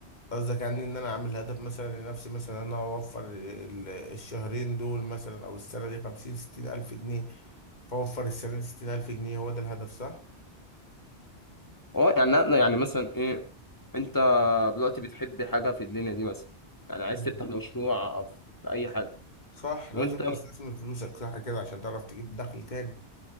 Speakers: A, on the left; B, on the left.
A: قصدك يعني ان انا اعمل هدف مثلا لنفسي مثلا انا اوفر ال- الشهرين دول مثلا او السنه دي خمسين ستين الف جنيه فاوفر السنه دي ستين الف جنيه هو ده الهدف صح؟
B: اه يعني لا لا، يعني مثلا ايه انت دلوقتي بتحب حاجه في الدنيا دي مثلا يعني عايز
A: مم.
B: تفتح مشروع في اي حاجه
A: صح لازم
B: وانت
A: تستثمر فلوسك صح كده عشان تعرف تجيب دخل تاني